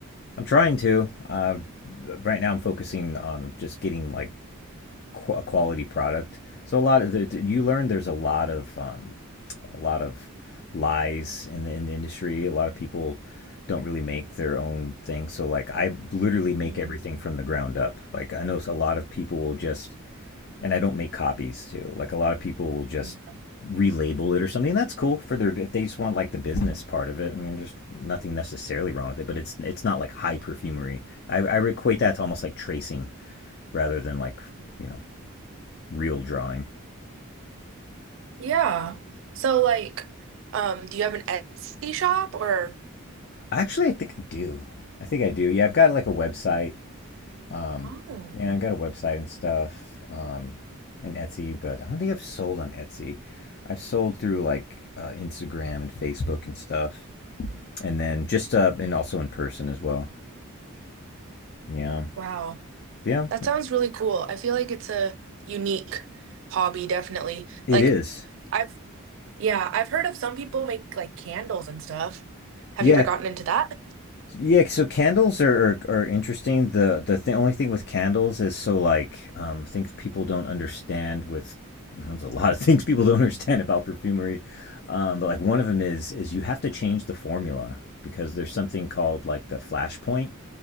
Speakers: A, on the left (about 50°); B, on the right (about 60°).
A: I'm trying to. Uh, right now, I'm focusing on just getting like qu- a quality product. So a lot of the, you learn there's a lot of um, a lot of lies in the in the industry. A lot of people don't really make their own thing. So like I literally make
B: Mhm.
A: everything from the ground up. Like I know a lot of people will just and I don't make copies too. Like a lot of people will just
B: Yeah.
A: relabel it or something. That's cool for their if they just want like the business part of it. I mean, there's nothing necessarily wrong with it, but it's it's not like high perfumery. I, I equate that to almost like tracing rather than like you know real drawing.
B: Yeah. So like, um, do you have an Etsy shop or?
A: Actually, I think I do. I think I do. Yeah, I've got like a website. Um,
B: Oh,
A: yeah, I got a website and stuff. Um, and Etsy, but I don't think I've sold on Etsy. I've sold through like uh, Instagram and Facebook and stuff. and then just uh, and also in person as well. Yeah,
B: wow.
A: yeah,
B: That sounds really cool. I feel like it's a unique hobby, definitely.
A: it
B: Like,
A: is.
B: I've, yeah, I've heard of some people make like candles and stuff. Have
A: Yeah,
B: you ever gotten into that?
A: yeah. So candles are are, are interesting. The the th- only thing with candles is so like um, things people don't understand with there's a lot of <laughs> things people don't understand about perfumery. Um, but like one of them is is you have to change the formula because there's something called like the flash point.